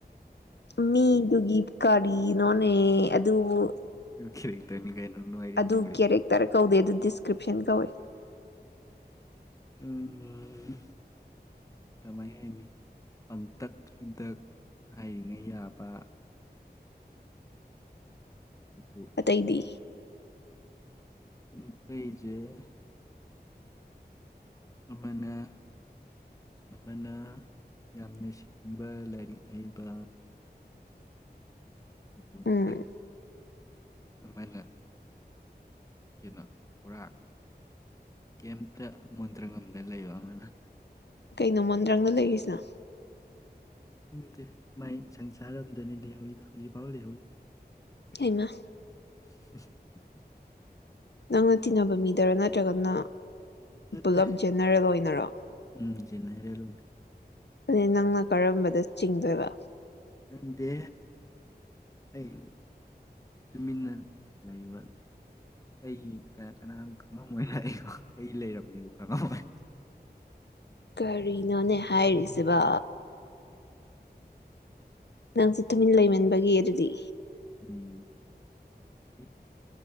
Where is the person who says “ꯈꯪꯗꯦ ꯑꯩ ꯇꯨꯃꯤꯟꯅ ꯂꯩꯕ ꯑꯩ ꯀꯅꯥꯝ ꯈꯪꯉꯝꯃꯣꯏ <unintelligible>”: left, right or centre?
Left